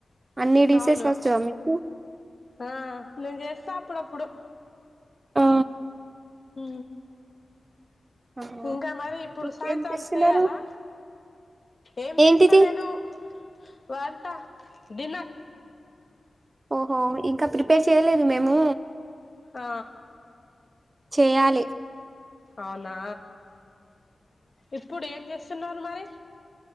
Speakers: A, on the right; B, on the left.
A: అన్ని డిసెస్
B: అవును
A: వస్తుందా మీకు
B: ఆ నేను చేస్తా అపుడపుడు
A: ఆ
B: హ
A: ఆహా
B: ఇంకా మరి ఇప్పుడు
A: ఇంకేం
B: సాయంత్రం
A: చేస్తున్నారు
B: చెయాలా ఏం
A: ఏంటిది
B: చేస్తలేను వంట డిన్నర్
A: ఓహో ఇంకా ప పేర్ చేయలేదు మేము
B: ఆ
A: చేయాలి
B: అవునా ఇప్పుడు ఏం చేస్తున్నారు మరి